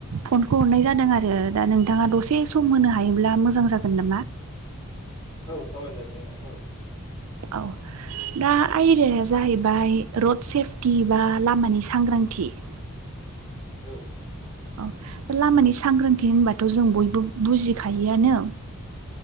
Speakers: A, on the right; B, on the left.
A: फनखौ हरनाय जादों आरो दा नोंथाङा दसे सम होनो हायोब्ला मोजां जागोन नामा
B: औ सावराय जागोन नोंथां सावराय जागोन
A: औ दा आयदाया जाहैबाय रड सेफटि बा लामानि सांग्रांथि <inaudible>
B: औ
A: औ लामानि सांग्रांथि होनबाथ' जों बयबो बुजिखायोआनो